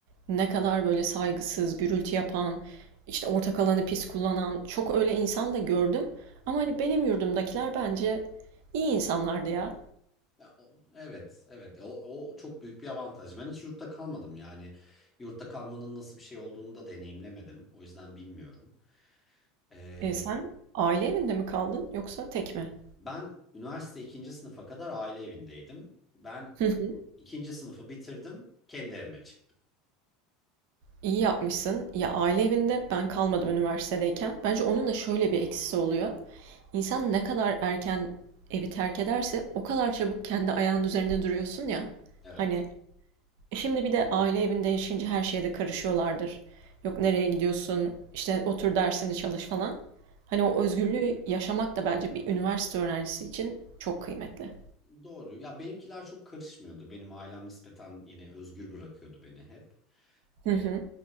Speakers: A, on the right (about 60°); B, on the left (about 15°).
A: Ne kadar böyle saygısız, gürültü yapan, işte ortak alanı pis kullanan çok öyle insan da gördüm. Ama hani benim yurdumdakiler bence iyi insanlardı ya.
B: Ya, o- evet, evet. O, o çok büyük bir avantaj. Ben hiç yurtta kalmadım yani. Yurtta kalmanın nasıl bir şey olduğunu da deneyimlemedim. O yüzden bilmiyorum. Ee,
A: E sen aile evinde mi kaldın yoksa tek mi?
B: ben üniversite ikinci sınıfa kadar aile evindeydim. Ben
A: Hı hı.
B: ikinci sınıfı bitirdim, kendi evime çıktım.
A: İyi yapmışsın. Ya aile evinde ben kalmadım üniversitedeyken. Bence onun da şöyle bir eksisi oluyor. İnsan ne kadar erken evi terk ederse o kadar çabuk kendi ayağının üzerinde duruyorsun ya.
B: Evet.
A: Hani e, şimdi bir de aile evinde yaşayınca her şeyde karışıyorlardır. Yok nereye gidiyorsun, işte otur dersini çalış falan. Hani o özgürlüğü yaşamak da bence bir üniversite öğrencisi için çok kıymetli.
B: Doğru. Ya benimkiler çok karışmıyordu. Benim ailem nispeten yine özgür bırakıyordu beni hep.
A: Hı
B: Ee,
A: hı.